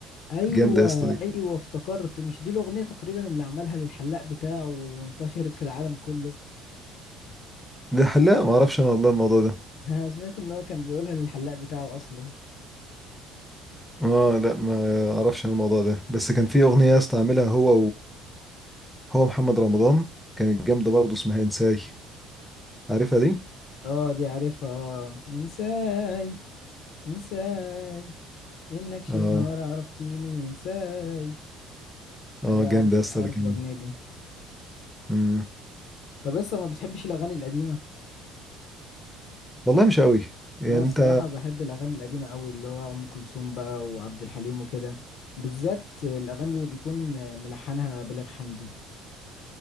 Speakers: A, on the left; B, in the centre.
A: ايوه
B: جامده يا اسطى دي
A: ايوه افتكرت مش دي الاغنيه تقريبا اللي عملها للحلاق بتاعه وانتشرت في العالم كله
B: لا لا ما اعرفش انا والله الموضوع ده
A: <laughs> انا سمعت ان هو كان بيقولها للحلاق بتاعه اصلا
B: اه لا ما اعرفش انا الموضوع ده بس كان في اغنيه يا اسطى عاملها هو هو محمد رمضان كانت جامدة برضه اسمها انساي عارفها دي؟
A: اه دي عارفها اه انساي انساي انك شي
B: اه
A: نهار عرفتيني انساي
B: اه
A: ايوه
B: جامدة
A: عارف
B: يا اسطى
A: عارف
B: دي كمان
A: الاغنيه دي
B: مم.
A: طب لسه ما بتحبش الاغاني القديمه
B: والله مش قوي يعني
A: انا
B: انت
A: الصراحه بحب الاغاني القديمه قوي اللي هو ام كلثوم بقى وعبد الحليم وكده بالذات الاغاني اللي بيكون ملحنها بليغ حمدي